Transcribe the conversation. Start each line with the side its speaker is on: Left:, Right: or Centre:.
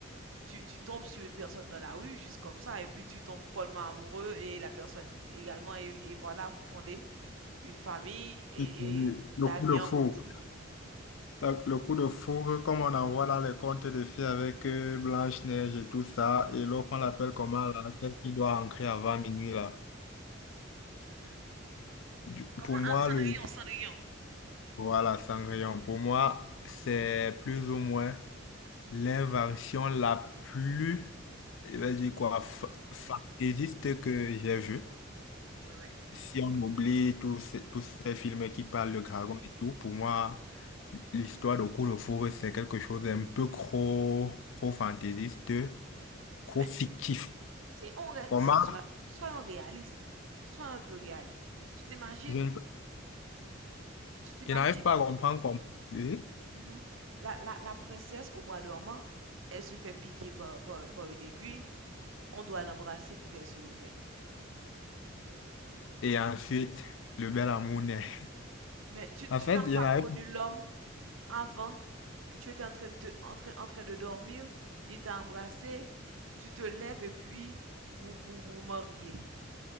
Right: tu, tu tombes sur une personne dans la rue, juste comme ça, et puis tu tombes follement amoureux et la personne également, et, et voilà, vous fondez une famille et,
Left: Le
Right: et la
Left: coup
Right: vie
Left: de fou.
Right: en rose.
Left: La- le coup de foudre, comme on en voit dans les contes de fées avec euh, Blanche-Neige et tout ça, et l'autre, on l'appelle comment, là, celle qui doit rentrer avant minuit, là.
Right: Mhm.
Left: Du-
Right: Comment
Left: pour moi,
Right: un Cendrillon,
Left: le,
Right: Cendrillon.
Left: voilà, Cendrillon, pour moi, c'est plus ou moins l'invention la plus, je vais dire quoi, fa- fantaisiste que j'ai vue.
Right: Oui, oui.
Left: Si on oublie tous ces, tous ces films qui parlent de dragons et tout, pour moi, l'histoire de coup de foudre, c'est quelque chose d'un peu trop, trop fantaisiste. Trop
Right: Mais
Left: fictif.
Right: Si on reste,
Left: Comment?
Right: si- soit, soyons réalistes, sois un peu réaliste. Tu t'imagines,
Left: Je ne
Right: tu t'imagines,
Left: je n'arrive pas à comprendre comment. Et
Right: mhm, la, la, la princesse au bois dormant, elle se fait piquer par, par, par une aiguille, on doit l'embrasser pour qu'elle se réveille.
Left: et ensuite, le bel amour naît.
Right: Mais tu,
Left: En
Right: tu
Left: fait,
Right: n'as pas
Left: je n'arrive.
Right: connu l'homme avant, tu étais en train de, te- en train, en train de dormir, il t'a embrassé, tu te lèves et puis vous vous, vous vous mariez.